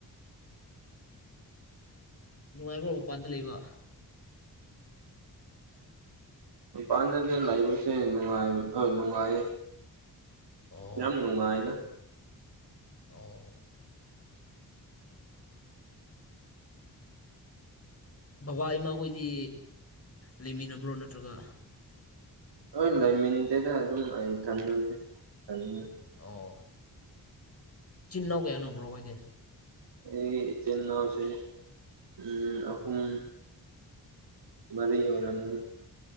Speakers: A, on the left (about 35°); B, on the right (about 80°).
A: ꯅꯨꯡꯉꯥꯏꯕ꯭ꯔꯣ ꯃꯄꯥꯟꯗ ꯂꯩꯕ꯫
B: ꯃꯄꯥꯟꯗꯗ
A: ꯑꯥ
B: ꯂꯩꯁꯦ ꯅꯨꯡꯉꯥꯏꯕ ꯍꯣꯏ ꯅꯨꯡꯉꯥꯏꯌꯦ
A: ꯑꯣ
B: ꯌꯥꯝ ꯅꯨꯡꯉꯥꯏꯗꯥ
A: ꯑꯣ꯫ ꯕꯕꯥ ꯏꯃꯥꯈꯣꯏꯗꯤ ꯂꯩꯃꯤꯟꯅꯕ꯭ꯔꯣ ꯅꯠꯇ꯭ꯔꯒ
B: ꯍꯣꯏ ꯂꯩꯃꯤꯟꯗꯦꯗ ꯑꯗꯨꯝ ꯑꯩ ꯊꯟꯅꯗꯥ <unintelligible>
A: ꯑꯣ ꯏꯆꯤꯟ ꯏꯅꯥꯎ ꯀꯌꯥꯅꯣ ꯕ꯭ꯔꯣ ꯍꯣꯏꯗꯤ
B: ꯑꯩ ꯏꯆꯤꯟ ꯏꯅꯥꯎꯁꯦ ꯎꯝ ꯑꯍꯨꯝ ꯃꯥꯔꯤ ꯑꯣꯏꯔꯝꯒꯅꯤ